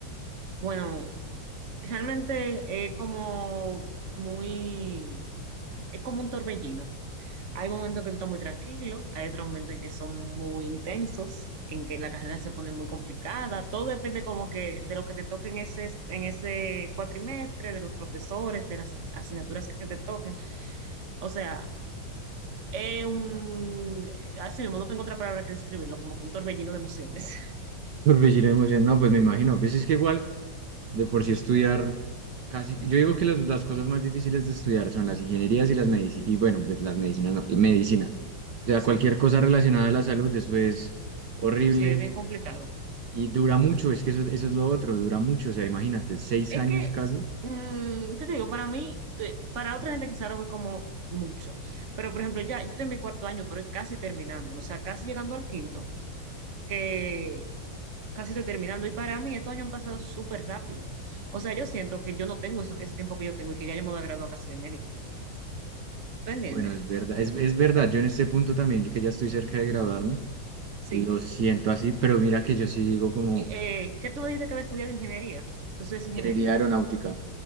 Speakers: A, on the right; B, on the right.
A: Bueno, Realmente es como muy, es como un torbellino. Hay momentos que tú estás muy tranquilo, hay otros momentos en que son muy intensos, en que la carrera se pone muy complicada. Todo depende como que de lo que te toque en ese, en ese cuatrimestre, de los profesores, de las asignaturas que te toquen. O sea, es un, así mismo, no tengo otra palabra que describirlo, como que un torbellino de emociones. <laughs>
B: Torbellino de emoción. No, pues me imagino. Pues es que igual, de por sí estudiar Casi, yo digo que las, las cosas más difíciles de estudiar son las ingenierías y las medicinas, y bueno, pues, las medicinas no, medicina. O sea,
A: Sí,
B: cualquier cosa relacionada a la salud, eso es horrible
A: sí, es bien complicado.
B: y dura mucho, es que eso, eso es lo otro, dura mucho, o sea, imagínate, seis
A: Es
B: años
A: que,
B: casi.
A: mm, ¿qué te digo? Para mí, te- para otra gente quizá lo ve como mucho, pero por ejemplo, ya, yo estoy en mi cuarto año, pero casi terminándolo, o sea, casi llegando al quinto, que casi estoy terminando, y para mí estos años han pasado súper rápido. O sea, yo siento que yo no tengo eso- ese tiempo que yo tengo y que ya yo me voy a graduar casi de médico. ¿Tú entiendes?
B: Bueno, es verdad, es, es verdad, yo en este punto también, que ya estoy cerca de graduarme,
A: Sí.
B: lo siento así, pero mira que yo sí digo como
A: Y, Eh, ¿qué tú me dijiste que había estudiado ingeniería? Tú estudias ingeniería.
B: ingeniería aeronáutica,